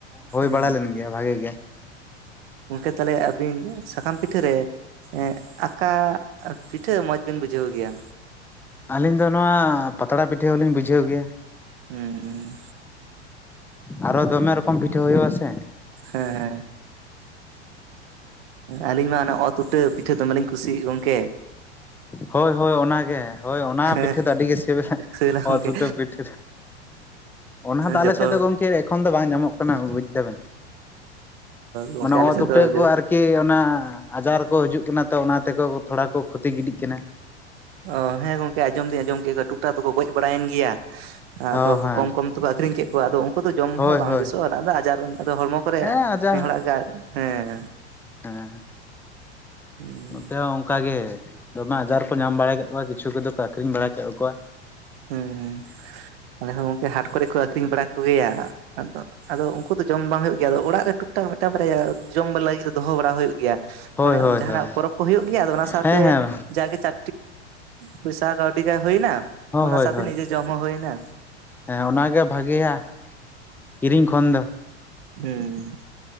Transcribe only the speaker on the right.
ᱦᱩᱸ
ᱜᱚᱢᱠᱮ ᱛᱟᱦᱚᱞᱮ ᱟᱹᱵᱤᱱ ᱥᱟᱠᱟᱢ ᱯᱤᱴᱷᱟᱹ ᱨᱮ ᱮᱸ ᱟᱠᱟ ᱯᱤᱴᱷᱟᱹ ᱢᱚᱸᱡᱽ ᱵᱤᱱ ᱵᱩᱡᱷᱟᱹᱣ ᱜᱮᱭᱟ?
ᱦᱮᱸ
ᱦᱮᱸ ᱟᱹᱞᱤᱧ ᱢᱟ ᱚᱛ ᱩᱴᱟᱹ ᱯᱤᱴᱷᱟᱹ ᱫᱚᱢᱮ ᱞᱤᱧ ᱠᱩᱥᱤᱭᱤᱜ ᱜᱚᱢᱠᱮ᱾
ᱦᱮᱸ
ᱥᱤᱵᱤᱞᱟ ᱜᱚᱝᱠᱮ
ᱡᱚᱛᱚ
ᱜᱚᱝᱠᱮ
ᱟᱞᱮ
ᱥᱮᱫ
ᱫᱚ
ᱚ ᱦᱮᱸ ᱜᱚᱝᱠᱮ ᱟᱸᱡᱚᱢ ᱫᱩᱧ ᱟᱸᱡᱚᱢ ᱠᱮᱫ ᱠᱚᱣᱟ ᱴᱩᱠ ᱴᱟᱠ ᱫᱚᱠᱚ ᱜᱚᱡ ᱵᱟᱲᱟᱭᱮᱱ ᱜᱮᱭᱟ᱾ ᱟᱫᱚ
ᱠᱚᱢ ᱠᱚᱢ ᱛᱮᱠᱚ ᱟᱠᱷᱨᱤᱧ ᱠᱮᱫ ᱠᱚᱣᱟ᱾ ᱟᱫᱚ ᱠᱚ ᱫᱚ ᱡᱚᱢ
ᱦᱚᱸ ᱵᱟᱝ
ᱵᱮᱥᱚᱜᱼᱟ ᱚᱱᱟ ᱫᱚ ᱟᱡᱟᱨ ᱟ ᱦᱚᱲᱢᱚ ᱠᱚᱨᱮ
ᱱᱮ ᱦᱚᱲᱟᱜ ᱜᱮ ᱦᱮᱸ᱾
ᱦᱩᱸ
ᱦᱩᱢ ᱟᱞᱮ ᱦᱚᱸ ᱜᱚᱝᱠᱮ ᱦᱟᱴ ᱠᱚᱨᱮ ᱠᱚ ᱟᱹᱠᱷᱨᱤᱧ ᱵᱟᱲᱟ ᱠᱚᱜᱮᱭᱟ᱾ ᱟᱫᱚ ᱟᱫᱚ ᱩᱱᱠᱩ ᱫᱚ ᱡᱚᱢ ᱵᱟᱝ ᱦᱩᱭᱩᱜ ᱜᱮᱭᱟ ᱟᱫᱚ ᱚᱲᱟᱜ ᱨᱮ ᱴᱩᱠ ᱴᱟᱠ ᱢᱤᱫᱴᱟᱝ ᱵᱟᱨᱭᱟ ᱡᱚᱢ ᱞᱟᱹᱜᱤᱫ ᱫᱚ ᱫᱚᱦᱚ ᱵᱟᱲᱟ ᱦᱩᱭᱩᱜ ᱜᱮᱭᱟ ᱾
ᱚᱱᱮ
ᱡᱟᱦᱟᱱᱟᱜ
ᱯᱚᱨᱚᱵᱽ ᱠᱚ ᱦᱩᱭᱩᱜ ᱜᱮᱭᱟ ᱟᱫᱚ ᱚᱱᱟ ᱥᱟᱶᱛᱮ
ᱡᱟᱜᱮ ᱪᱟ ᱯᱚᱭᱥᱟ ᱠᱟᱹᱣᱰᱤ ᱜᱟ ᱦᱩᱭᱱᱟ
ᱚᱱᱟ ᱥᱟᱶᱛᱮ
ᱱᱤᱡᱮ ᱡᱚᱢ ᱦᱚᱸ ᱦᱩᱭᱱᱟ᱾
ᱦᱮᱸ